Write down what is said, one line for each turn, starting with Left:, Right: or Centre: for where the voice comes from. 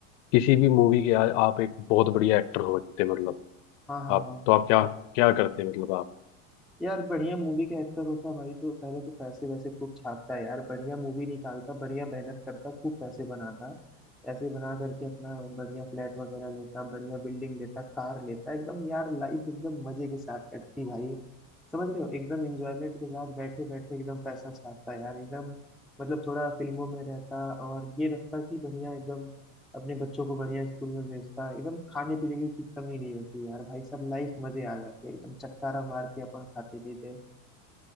Left: किसी भी मूवी के आ, आप एक बहुत बढ़िया एक्टर होते मतलब
Centre: हाँ हाँ
Left: आप
Centre: हाँ
Left: तो आप क्या क्या करते हैं? मतलब आप
Centre: यार बढ़िया मूवी का एक्टर होता भाई तो पहले तो पैसे वैसे खूब छापता यार बढ़िया मूवी निकालता बढ़िया मेहनत करता खूब पैसे बनाता ऐसे बना करके अपना बढ़िया फ्लैट वगैरह लेता बढ़िया बिल्डिंग लेता कार लेता एकदम यार लाइफ एकदम मजे के साथ कटती भाई समझ रहे हो एकदम इंजॉयमेंट के साथ बैठे बैठे एकदम पैसा छापता यार एकदम मतलब थोड़ा फिल्मों में रहता और ये रहता कि बढ़िया एकदम अपने बच्चों को बढ़िया स्कूल में भेजता एकदम खाने पीने की कुछ कमी नहीं होती यार भाई सब लाइफ मजे आ जाते हैं एकदम चटकारा मार के अपन खाते पीते हैं।